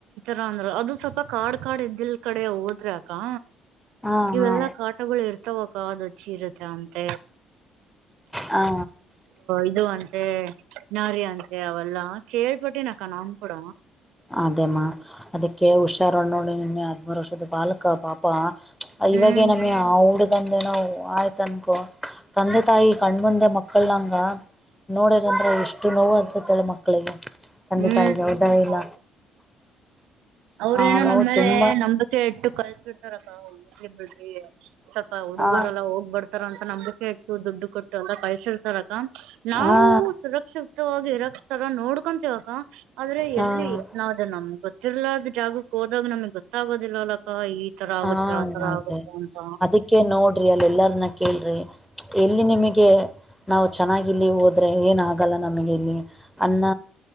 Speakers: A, on the right; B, in the centre.
A: ರ ಅಂದ್ರ ಅದು ಸ್ವಲ್ಪ ಕಾಡ್ ಕಾಡ್ ಇದ್ದಿಲ್ ಕಡೆ ಹೋದ್ರೆ ಅಕ್ಕಾ
B: ಹಾ
A: ಇವೆಲ್ಲಾ
B: ಹಾ
A: ಕಾಡ್. <inaudible> ಕಗಳು ಇರ್ತಾವಕ್ಕ ಅದು ಹಚ್ಚಿ ಇರುತ್ತೆ ಅಂತ.
B: ಹಾ.
A: ಇದು ಅಂತೆ ನಾರ ಅಂತೆ ಅವೆಲ್ಲಾ ಕೇಳ್ಪಟ್ಟಿನಕ ನನ್ ಕೂಡ.
B: ಅದೇಮ್ಮ ಅದಕ್ಕೆ ಹುಷಾರಣ ನೋಡಿ ನಿನ್ನೆ ಹದ್ಮೂರು ವರ್ಷದ ಬಾಲಕ ಪಾಪ. ಇವಾಗೇಏನಮ್ಯಾ.
A: ಹ್ಮ್
B: ಆ ಹುಡ್ಗಂದೇನೋ ಆಯ್ತ ಅನ್ಕೊ ತಂದೆ ತಾಯಿ ಕಣ್ಮಂದೆ ಮಕ್ಕಳನಂಗ. ನೋಡರ್ಂದ್ರ ಎಷ್ಟು ನೋವು ಅನ್ಸತ್ತೇಳ ಮಕ್ಕಳಿಗೆ. ತಂದೆ
A: ಹ್ಮ್
B: ತಾಯಿಗೆ ಹೌದ ಇಲ್ಲ.
A: ಅವ್ರೇನೋ
B: ಆ ನೋವು
A: ನಮ್ಮೇಲೆ
B: ತುಂಬಾ
A: ನಂಬಿಕೆ ಇಟ್ಟು ಕಲ್ಸಿಡ್ತಾರಕ್ಕ ಬಿಡ್ರಿ ಹುಡುಗರೆಲ್ಲ
B: ಆ
A: ಹೋಗ್ಬಡ್ತಾರ ಅಂತ ನಂಬಿಕೆ ಇತ್ತು ದುಡ್ಡು ಕೊಟ್ಟು ಎಲ್ಲ ಪೈಸ ಇರ್ತಾರಕ್ಕ ನಾವು.
B: ಹಾ
A: ನಿಶಬ್ದವಾಗಿ ಇರ ತರ ನೋಡ್ಕೊಂತಿವಿ ಅಕ್ಕಾ ಆದ್ರೆ
B: ಹಾ
A: ಎಲ್ಲಿ ನಾವ ಅದು ನಮ್ ಗೊತ್ತಿರ್ಲ. ಜಾಗಕ್ಕೆ ಹೋದಾಗ ನಮ್ಗ್ ಗೊತ್ತಾಗೋದಿಲ್ಲ ಅಲ್ಲಕ್ಕ ಈ. ತರ ಆಗುತ್ತೆ
B: ಹಾ
A: ಆ ತರ
B: ಅದೇ
A: ಆಗುತ್ತೆ ಅಂತ
B: ಅದಕ್ಕೆ ನೋಡ್ರಿ ಅಲ್ಲಿ ಎಲ್ಲರನ್ನ ಕೇಳ್ರಿ ಎಲ್ಲಿ ನಿಮಗ್. ಕೆ ನಾವು ಚೆನ್ನಾಗಿಲ್ಲಿ ಹೋದರೆ ಏನಾಗಲ್ಲ ನಮಗೆ ಇಲ್ಲಿ ಅನ್ನ.